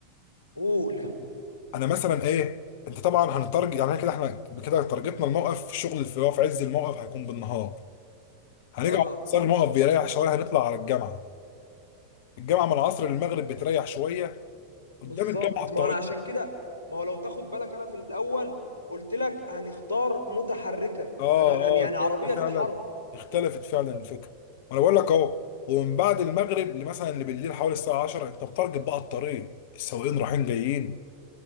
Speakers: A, on the right; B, on the left.
A: قول
B: انا مثلا ايه انت طبعا هنترج يعني كده احنا كده ترجتنا الموقف الشغل اللي في في عز الموقف هيكون بالنهار هنرجع
A: اه
B: صار الموقف بيريح شويه هنطلع على الجامعه الجامعه من العصر للمغرب بتريح شويه قدام
A: بالظبط
B: الجامعه الطريق
A: ما انا عشان كده ما هو لو تاخد بالك انا في الاول قلت لك هنختار متحركه
B: اه
A: هن... هن... يعني
B: اه تصدق
A: عربيه
B: فعلا
A: تتحرك
B: اختلفت فعلا الفكره وانا بقول لك اهو ومن بعد المغرب لمثلا لبالليل حوالي الساعه 10 انت بتارجت بقى الطريق السواقين رايحين جايين